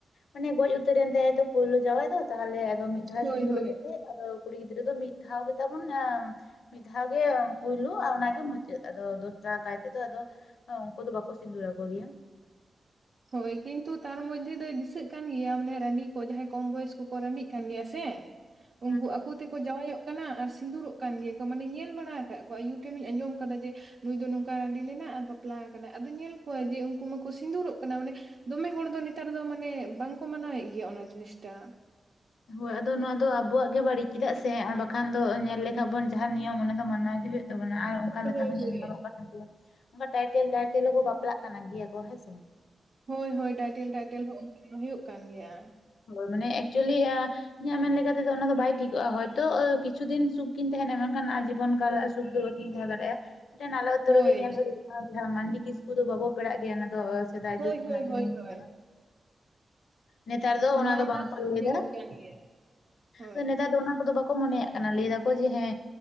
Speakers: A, on the left (about 85°); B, on the right (about 60°).
A: ᱢᱟᱱᱮ ᱜᱚᱡ ᱩᱛᱼᱼ ᱩᱛᱟᱹᱨ ᱨᱮᱱ ᱛᱟᱭᱟ ᱛᱚ ᱯᱩᱭᱞᱳ ᱡᱟᱸᱶᱟᱭ ᱫᱚ ᱛᱟᱦᱚᱞᱮ ᱟᱫᱚ ᱢᱤᱫ ᱫᱷᱟᱣ
B: ᱦᱳᱭ
A: ᱥᱤᱸᱫᱩᱨ
B: ᱦᱳᱭ
A: ᱟᱫᱮ ᱛᱟᱦᱮᱜ᱾ ᱟᱫᱚ ᱠᱩᱲᱤ ᱜᱤᱫᱽᱨᱟᱹ ᱫᱚ ᱢᱤᱫᱴᱟᱝ ᱫᱷᱟᱣ ᱜᱮᱛᱟᱵᱚᱱ ᱮᱢᱼᱼ ᱢᱤᱫ ᱫᱷᱟᱣ ᱜᱮ ᱯᱩᱭᱞᱩ ᱚᱱᱟᱜᱮ ᱢᱩᱪᱟᱹᱫ ᱟᱫᱚ ᱫᱚᱥᱨᱟ ᱠᱟᱭ ᱛᱮᱫᱚ ᱟᱫᱚᱼᱼ ᱦᱮ ᱩᱱᱠᱩ ᱫᱚ ᱵᱟᱠᱚ ᱥᱤᱸᱫᱩᱨ ᱟᱠᱚ ᱜᱮᱭᱟ᱾
B: ᱦᱳᱭ ᱠᱤᱱᱛᱩ ᱛᱟᱨ ᱢᱚᱫᱽᱫᱷᱮ ᱫᱚᱭ ᱫᱤᱥᱟᱹᱜ ᱠᱟᱱ ᱜᱮᱭᱟ ᱢᱟᱱᱮ ᱨᱟᱺᱰᱤ ᱠᱚ ᱡᱟᱦᱟᱸᱭ ᱠᱚᱢ ᱵᱚᱭᱮᱥ ᱠᱚᱠᱚ ᱨᱟᱺᱰᱤᱜ ᱠᱟᱱ ᱜᱮᱭᱟ ᱥᱮᱼᱼ
A: <inaudible>
B: ᱩᱝᱠᱩ ᱟᱠᱚ ᱛᱮᱠᱚᱼᱼ ᱡᱟᱶᱟᱭᱚᱜ ᱠᱟᱱᱟ ᱟᱨ ᱥᱤᱸᱫᱩᱨᱚᱜ ᱠᱟᱱ ᱜᱮᱭᱟ ᱠᱚ ᱢᱟᱱᱮᱧ ᱧᱮᱞ ᱵᱟᱲᱟ ᱟᱠᱟᱫ ᱠᱚᱣᱟ ᱟᱹᱭᱩ ᱴᱷᱮᱱᱤᱧ ᱟᱸᱡᱚᱢ ᱠᱟᱫᱟ ᱡᱮᱼᱼ ᱱᱩᱭ ᱫᱚ ᱱᱚᱝᱠᱟ ᱨᱟᱺᱰᱤ ᱞᱮᱱᱟ ᱟᱨ ᱵᱟᱯᱞᱟ ᱟᱠᱟᱱᱟᱭ ᱟᱫᱚ ᱧᱮᱞ ᱠᱚᱣᱟ ᱡᱮ ᱩᱱᱠᱩ ᱢᱟᱠᱚ ᱥᱤᱸᱫᱩᱨᱚᱜᱼᱼ ᱠᱟᱱᱟ ᱢᱟᱱᱮ ᱫᱚᱢᱮ ᱦᱚᱲ ᱫᱚ ᱱᱮᱛᱟᱨ ᱫᱚ ᱢᱟᱱᱮ ᱵᱟᱝᱠᱚ ᱢᱟᱱᱟᱣᱮᱜ ᱜᱮᱭᱟ ᱚᱱᱟ ᱡᱤᱱᱤᱥ ᱴᱟᱜ᱾
A: ᱦᱳᱭ ᱟᱫᱚ ᱱᱚᱣᱟ ᱫᱚ ᱟᱵᱚᱣᱟᱜ ᱜᱮ ᱵᱟᱹᱲᱤᱡ ᱪᱮᱫᱟᱜ ᱥᱮ ᱟᱵᱟᱠᱷᱟᱱᱼᱼ ᱛᱚ ᱧᱮᱞ ᱞᱮᱠᱷᱟᱱᱡ ᱵᱚᱱ ᱡᱟᱦᱟᱸ ᱱᱤᱭᱚᱢ ᱚᱱᱟ ᱫᱚ ᱢᱟᱱᱟᱣ ᱜᱮ ᱦᱩᱭᱩᱜ ᱛᱟᱵᱱᱟ ᱟᱨ ᱚᱱᱠᱟ
B: ᱦᱳᱭ
A: ᱞᱮᱠᱟ ᱦᱚᱸ
B: ᱦᱳᱭ
A: <unintelligible> ᱚᱱᱠᱟ ᱴᱟᱭᱴᱮᱞ ᱴᱟᱭᱴᱮᱞ ᱦᱚᱸᱠᱚ ᱵᱟᱯᱞᱟᱜ ᱠᱟᱱᱟ ᱜᱮᱭᱟ ᱠᱚ ᱦᱮᱸᱥᱮ ᱾
B: ᱦᱳᱭ ᱦᱳᱭ ᱴᱟᱭᱴᱮᱞ ᱴᱟᱭᱴᱮᱞ ᱦᱚᱸ ᱚᱱᱠᱟ ᱦᱩᱭᱩᱜ ᱠᱟᱱ ᱜᱮᱭᱟ ᱾
A: ᱦᱳᱭ ᱢᱟᱱᱮ ᱮᱠᱪᱩᱞᱤᱭᱟᱼᱼ ᱤᱧᱟᱜ ᱢᱮᱱ ᱞᱮᱠᱟᱛᱮᱫᱚ ᱚᱱᱟ ᱫᱚ ᱵᱟᱭ ᱴᱷᱤᱠᱚᱜᱼᱟ, ᱦᱚᱭᱛᱚ ᱠᱤᱪᱷᱩ ᱫᱤᱱ ᱥᱩᱠ ᱠᱤᱱ ᱛᱟᱦᱮᱱᱟ ᱢᱮᱱᱠᱷᱟᱱ ᱟᱡᱤᱵᱚᱱ ᱠᱟᱞ ᱥᱩᱠ ᱫᱚ ᱵᱟᱠᱤᱱ ᱛᱟᱦᱮᱸ ᱫᱟᱲᱮᱭᱟᱜᱼᱟ ᱾ ᱢᱤᱫᱴᱮᱱ ᱟᱞᱮ ᱩᱛᱩ
B: ᱦᱳᱭ
A: ᱨᱮᱜᱮ ᱧᱮᱞ ᱦᱩᱭᱩᱜ ᱠᱟᱱᱟ ᱡᱟᱦᱟᱸ ᱢᱟᱱᱰᱤ ᱠᱤᱥᱠᱩ ᱩᱱᱠᱩ ᱫᱚ ᱵᱟᱵᱚ ᱯᱮᱲᱟᱜ ᱜᱮᱭᱟ ᱚᱱᱟ ᱫᱚ ᱥᱮᱫᱟᱭ
B: ᱦᱳᱭ
A: ᱡᱩᱜᱽ ᱠᱷᱚᱱᱟᱜ
B: ᱦᱳᱭ
A: ᱜᱮ
B: ᱦᱳᱭ
A: ᱢᱮᱱᱟᱜ
B: ᱦᱳᱭ
A: ᱠᱟᱫᱟ ᱾ ᱱᱮᱛᱟᱨ ᱫᱚ ᱚᱱᱟ
B: ᱱᱚᱣᱟ
A: ᱫᱚ
B: ᱢᱟ
A: ᱵᱟᱝᱠᱚ ᱞᱟᱹᱭ
B: ᱧᱮᱞᱚᱜ
A: ᱫᱟ
B: ᱠᱟᱱ ᱜᱮᱭᱟ ᱦᱳᱭ
A: ᱦᱩᱸ ᱱᱮᱛᱟ ᱚᱱᱟ ᱠᱚᱫᱚ ᱵᱟᱠᱚ ᱢᱚᱱᱮᱭᱟᱜ ᱠᱟᱱᱟ ᱞᱟᱹᱭ ᱫᱟᱠᱚ ᱡᱮ ᱦᱮᱸ